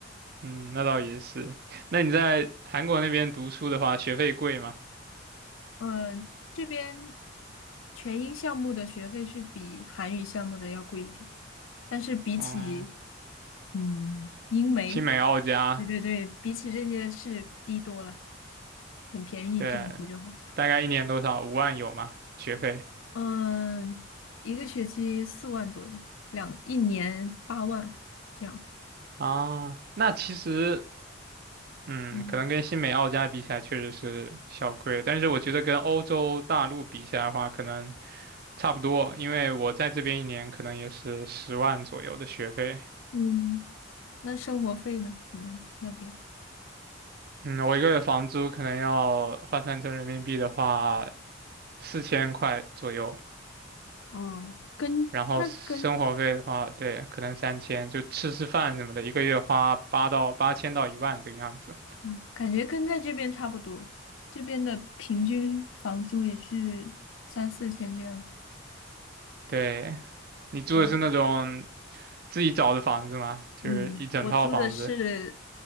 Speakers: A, on the right; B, on the left.
A: 嗯，那倒也是。那你在韩国那边读书的话，学费贵吗？
B: 嗯、这边全英项目的学费是比韩语项目的要贵一点，但是比起
A: 嗯，
B: 嗯，英媒，
A: 新美澳加，
B: 对对对，比起这些是低多了，很便宜，
A: 对，
B: 这样比的话，
A: 大概一年多少？五万有吗？学费
B: 嗯，一个学期四万左右，两，一年八万，这样。
A: 啊，那其实，嗯，
B: 嗯
A: 可能跟新美澳加比起来确实是小贵，但是我觉得跟欧洲大陆比起来的话，可能差不多，因为我在这边一年可能也是十万左右的学费。
B: 嗯，那生活费呢？你们那边？
A: 嗯，我一个月房租可能要换算成人民币的话，四千块左右。
B: 哦，跟那跟，
A: 然后生活费的话，对，可能三千，就吃吃饭什么的，一个月花八到八千到一万这个样子。
B: 嗯，感觉跟在这边差不多，这边的平均房租也是三四千这样。
A: 对，你住的是那种
B: 嗯
A: 自己找的房子吗？就是一整套房子。
B: 嗯，我租的是